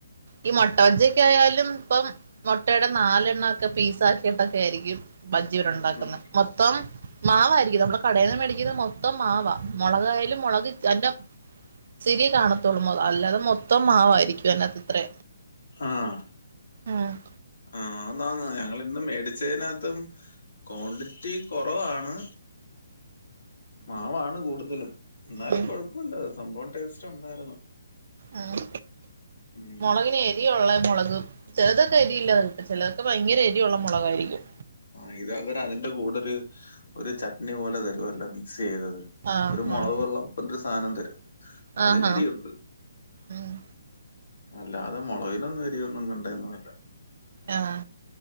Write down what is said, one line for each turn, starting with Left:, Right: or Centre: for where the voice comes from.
Right: ഈ മുട്ട വജിക്കെ ആയാലും ഇപ്പം മുട്ടയുടെ നാലെണ്ണ ഒക്കെ പീസ ആക്കിട്ടൊക്കെയായി രിക്കും. ബജ്ജിവരുണ്ടാക്കുന്ന
Left: ഉം
Right: മൊത്തം മാവായിരിക്കും നമ്മൾ കടയിന്ന് മേടിക്കുന്ന മൊത്തം മാവ മുളകായി മുളക് ന്റെ ച്ചീരിയെ കാണത്തോളു അല്ലാതെ മൊത്തം മാവായിരിക്കും അയനത്ത് ത്രേ
Left: ആഹ്
Right: ആ ഹ്
Left: ആഹ് ആന്നാന്ന് ഞങ്ങൾ ഇന്നും മേട ച്ചനകത്തും ക്വാണ്ടിറ്റി കുറവാണ്. മാവാണ് കൂടുതലും എന്നാലും
Right: ഉം
Left: കുഴപ്പമില്ല സംഭവം ടേസ്റ്റ് ഉണ്ടായിരുന്നു.
Right: ആഹ്
Left: ഉം
Right: മുളകിനെ. ഇ ഉള്ള മുളക് ചിലതൊക്കെ എരിയില്ലാതെ കിട്ടും ചിലതൊക്കെ ഭയങ്കര എരിയുള്ള മുളകായിരിക്കും.
Left: ആഹ് ഇത് അവര് അതിന്റെ കൂടെ ഒരു ഒരു ചട്നി പോലെ തരുവല്ലോ മിക്സ് ചെയ്തത്.
Right: ആഹ്
Left: ഒരു മുളക്
Right: ആഹ്
Left: വെള്ളം എന്തൊരു സാധനം തരും അതിന്
Right: ആഹാ
Left: എരിവുണ്ട്.
Right: ഉം
Left: അല്ലാതെ മുളകിനൊന്നും എരിയൊന്നും കണ്ടയൊന്നുമില്ല.
Right: ആഹ്.